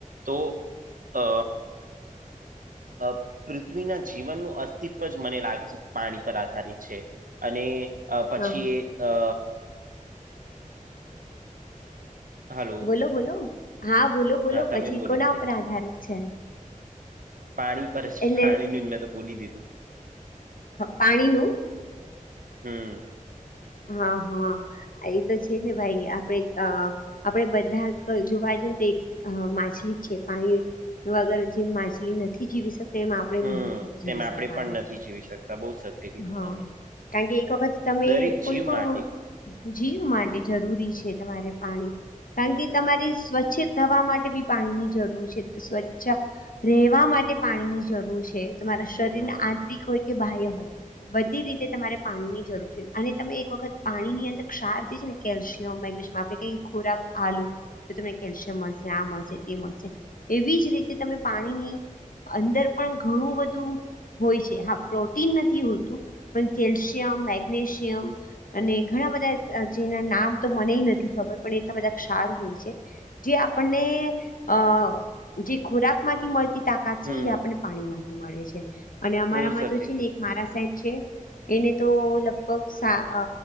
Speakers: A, on the right; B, on the left.
A: તો અ અ પૃથ્વીના જીવનનું અસ્તિત્વ જ મને લાગે છે પાણી પર આધારિત છે. અને અ પછીએ
B: હા હા
A: અ હલો
B: બોલો બોલો હા બોલો બોલો
A: હા તમે
B: પછી
A: બોલો
B: કોના
A: હવે
B: ઉપર આધારિત છે.
A: પાણી પર જ
B: એટલે
A: પાણીનું જ મેં તો બોલી દીધું.
B: પાણીનું
A: હા.
B: હા હા એ તો છે ને ભાઈ આપણે અ આપણે બધા ક જોવા જઈએ તે એક અ માછલી છે પાણી તો અગર જેમ માછલી નથી જીવી શકતી. તેમ આપણે
A: હમ
B: બી નથી જીવી
A: તેમાં
B: શકવાના
A: આપણે પણ નથી જીવી શકતા બહુ સત્ય કીધું
B: હા.
A: તમે
B: કાકે એક વખત તમે
A: દરેક જીવ
B: કોઈ પણ
A: માટે
B: જીવ માટે જરૂરી છે તમારે પાણી કારણ
A: હમ
B: કે તમારી સ્વચ્છ થવા માટે બી પાણીની જરૂર છે સ્વચ્છા રહેવા માટે પાણીની જરૂર છે. તમારા શરીરને
A: હમ
B: આંતરિક હોય કે બાહ્ય હોય બધી રીતે તમારે પાણી ની જરૂર છે અને. તમે એક વખત પાણી ની અંદર ક્ષાર જે છે ને કેલ્શિયમ મેગ્નેશિયમ આપણે ખોરાક આલુ તો તમને કેલ્શિયમ મળશે આ મળશે તે મળશે એવી જ રીતે તમે પાણીની અંદર પણ ઘણું બધું હોય છે હા પ્રોટીન નથી હોતું પણ કેલ્શિયમ મેગ્નેશિયમ અને ઘણા બધા અ જેના નામ તો મને નથી ખબર પણ એટલા બધા ક્ષાર હોય છે. જે આપણને અ જે ખોરાક માંથી મળતી તાકાત છે
A: હમ
B: એ આપણને પાણીમાંથી મળે છે અને અમારામાં
A: બહુ સત્ય
B: તો
A: કીધું
B: છે ને એક મારા સાહેબ છે. એને તો લગભગ સા અ